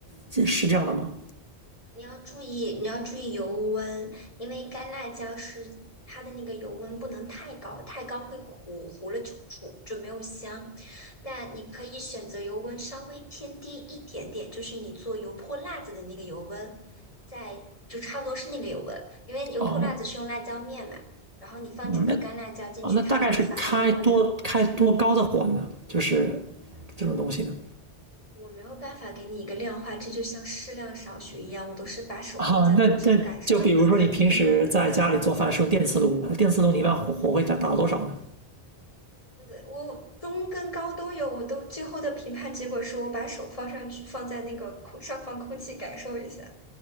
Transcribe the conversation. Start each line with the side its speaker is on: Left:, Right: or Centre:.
Right: 这是这样的吗？
Left: 你要注意，你要注意油温，因为干辣椒是它的那个油温不能太高，太高会糊，糊了就苦，就没有香。但你可以选择油温稍微偏低一点点，就是你做油泼辣子的那个油温，在就差不多是那个油温，因为油泼辣子是用辣椒面嘛，
Right: 哦，
Left: 然后你放整颗干辣椒进去，
Right: 嗯那哦那大概是开多开多高的火呢？
Left: 它有个反应的过程。
Right: 就是这种东西呢？
Left: 我没有办法给你一个量化，这就像适量少许一样，我都是把手放在锅上感受一下。
Right: 啊，那那就比如说你平时在家里做饭是用电磁炉，电磁炉你一般火火会打打到多少呢？
Left: 我的我中跟高都有，我都最后的评判结果是我把手放上去，放在那个空上方空气感受一下